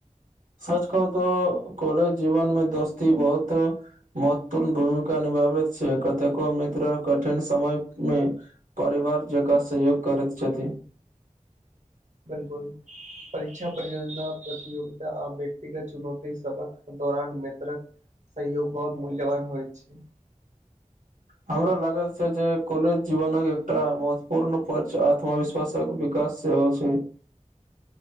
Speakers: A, on the right; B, on the right.
A: सच कह तऽ कॉलेज जीवनमे दोस्ती बहुत। महत्वपूर्ण भूमिका निभाबैत छै कतेको मित्र कठिन समय मे। परिवार जकाँ सहयोग करैत छथिन।
B: बिलकुल। परीक्षा परियोजना प्रतियोगिता आ व्यक्तिगत चुनौती सबक दौरान मेत्रक। सहयोग बहुत मूल्यवान होइ छै।
A: हमरा लागा छै जे कलज जीवनक एकटा महत्वपूर्ण पर्य आत्मविश्वास। तक विकास सेहो छै।